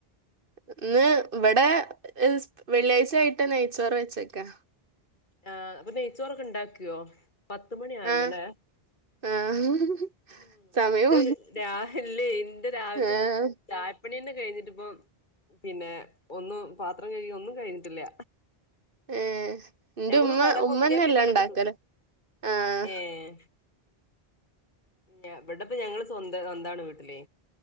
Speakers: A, on the right; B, on the left.
A: ഇന്ന് ഇവിടെ വെള്ളിയാഴ്ചയിട്ട് നെയ്ച്ചോർ വെച്ചക്കാ
B: ആ അപ്പൊ നെയ്ച്ചോറൊക്കെ ഉണ്ടാക്കിയോ പത്തുമണി ആയല്ലോല്ലേ
A: ആഹ് ആഹ്
B: എന്റെ
A: സമയം
B: രാ അല്ലേ ഇൻ്റെ രാവിൽതും
A: ആഹ്
B: ചാ യപ്പണിന്നെ കഴിഞ്ഞിട്ടിപ്പം പിന്നെ ഒന്നും പാത്രം കഴി ഒന്നും കഴിഞ്ഞിട്ടില്ല
A: ഏ ഇന്റെ
B: ഞമ്മക്ക്
A: ഉമ്മ
B: തല
A: ഉമ്മന്നെല്ലാം
B: പൊന്തിയാ പിന്നെ ഓലെ
A: ഉണ്ടാക്കല്
B: കിട്ടും
A: ആഹ്
B: ഏഹ് ഇവിടെപ്പ ഞങ്ങള് സ്വന്തം സ്വന്താണ് വീട്ടിലെ